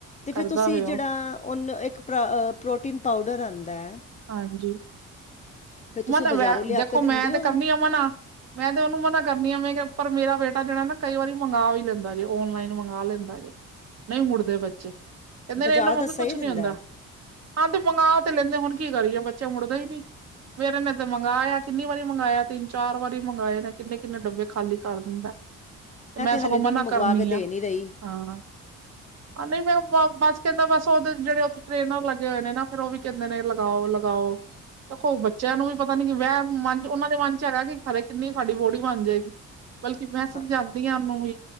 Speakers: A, on the left (about 25°); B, on the right (about 55°).
A: ਤੇ ਫੇਰ
B: ਕਰਦਾ
A: ਤੁਸੀਂ
B: ਵੇ
A: ਜਿਹੜਾ
B: ਉਹ
A: ਉਹਨੂੰ ਇੱਕ ਪੋ੍ ਅ ਪ੍ਰੋਟੀਨ ਪਾਊਡਰ ਆਉਂਦਾ ਹੈ
B: ਹਾਂਜੀ
A: ਫਿਰ ਤੁਸੀਂ
B: <unintelligible>
A: ਬਾਜ਼ਾਰੋਂ ਲਿਆ
B: ਦੇਖੋ
A: ਕੇ ਦਿੰਦੇ
B: ਮੈਂ ਤੇ
A: ਹੋ
B: ਕਰਨੀ ਆ ਮਨਾ ਮੈਂ ਤੇ ਉਹਨੂੰ ਮਨਾ ਕਰਨੀ ਆ ਮੈਂ ਕਿਆ ਪਰ ਮੇਰਾ ਬੇਟਾ ਜਿਹੜਾ ਨਾ ਕਈ ਵਾਰੀ ਮੰਗਵਾ ਵੀ ਲੈਂਦਾ ਜੇ ਓਨਲਾਈਨ ਮੰਗਾ ਲੈਂਦਾ ਜੇ ਨਹੀਂ ਮੁੜਦੇ ਬੱਚੇ ਕਹਿੰਦੇ
A: ਤੇ ਬਾਜ਼ਾਰ
B: ਨੇ ਇਹਦੇ ਨਾ
A: ਦਾ
B: ਮੰਮੀ
A: ਸਹੀ
B: ਕੁੱਛ
A: ਦਿੰਦਾ
B: ਨੀ ਹੁੰਦਾ
A: ਹੈ
B: ਹਾਂ ਤੇ ਮੰਗਾ ਤੇ ਲੈਂਦੇ ਹੁਣ ਕੀ ਕਰੀਏ ਬੱਚੇ ਮੁੜਦੇ ਹੀ ਨੀ ਮੇਰੇ ਨੇ ਤੇ ਮੰਗਾਇਆ ਕਿੰਨੀ ਵਾਰੀ ਮੰਗਾਇਆ ਤਿੰਨ ਚਾਰ ਵਾਰੀ ਮੰਗਾਏ ਨੇ ਕਿੰਨੇ ਕਿੰਨੇ ਡੱਬੇ ਖਾਲੀ ਕਰ ਦਿੰਦਾ ਤੇ ਮੈਂ ਸਗੋਂ
A: ਹਾਲੇ ਇਹਨਾਂ
B: ਮਨਾ
A: ਨੂੰ ਮੰਗਵਾ
B: ਕਰਨੀ
A: ਕੇ ਦੇ
B: ਆ
A: ਨਹੀਂ ਰਹੀ
B: ਹਾਂ ਆ ਨਹੀਂ ਮੈਂ ਬ ਬਸ ਕਹਿੰਦਾ ਬਸ ਉਹਦੇ ਜਿਹੜੇ ਉੱਥੇ ਟ੍ਰਰੇਨਰ ਲੱਗੇ ਹੋਏ ਨੇ ਨਾ ਫੇਰ ਉਹ ਵੀ ਕਹਿੰਦੇ ਨੇ ਲਗਾਓ ਲਗਾਓ ਦੇਖੋ ਬੱ ਚਿਆਂ ਨੂੰ ਵੀ ਪਤਾ ਨੀ ਕੀ ਵੈਮ ਮਨ ਚ ਉਹਨਾਂ ਦੇ ਮਨ ਚ ਹੈਗਾ ਕਿ ਖਰੇ ਕਿੰਨੀ ਸਾਡੀ ਬੋਡੀ ਬਣ ਜੇਗੀ ਬਲਕਿ ਮੈਂ ਸਮਝਾ,
A: ਹਾਂ
B: ਨੂੰ ਵੀ